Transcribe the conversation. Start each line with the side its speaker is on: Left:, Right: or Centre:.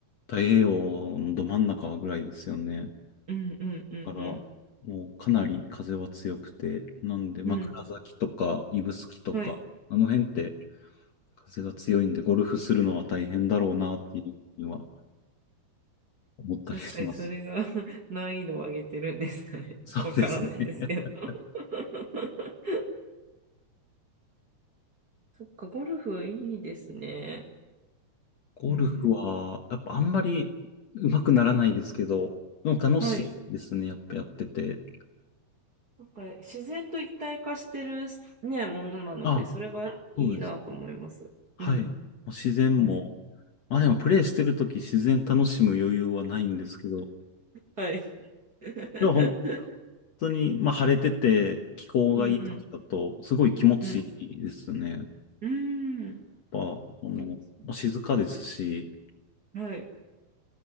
Left: 太平洋のど真ん中ぐらいですよね。
Right: うんうんうんうん。
Left: だから、もうかなり風は強くて、なんで枕崎とか指宿とか、
Right: うん。はい。
Left: あの辺って風が強いんで、ゴルフするのは大変だろうなっていうふうには思ったりします。
Right: 確かにそれが <laughs> 難易度を上げてるんですかね。<laughs>
Left: そうですね。
Right: わからないですけど。
Left: <laughs>
Right: <laughs> そっか、ゴルフいいですね。
Left: ゴルフは、
Right: うん、
Left: やっぱあんまり上手くならないですけど、でも楽しいですね、
Right: はい。
Left: やっぱやってて。
Right: なんか自然と一体化してるね、ものなので、
Left: あ、
Right: それがいいなと思います。
Left: そうです。はい。
Right: うん。
Left: もう自然も
Right: うん。
Left: まあでもプレイしてるとき自然楽しむ余裕はないんですけど、
Right: はい。<laughs>
Left: でも本当に、まあ晴れてて気候がいいときだとすごい気持ちいいですね。
Right: うんうん。
Left: やっ
Right: うん。う
Left: ぱ、その、
Right: そうですね。
Left: まあ静かですし、
Right: ーん。はい。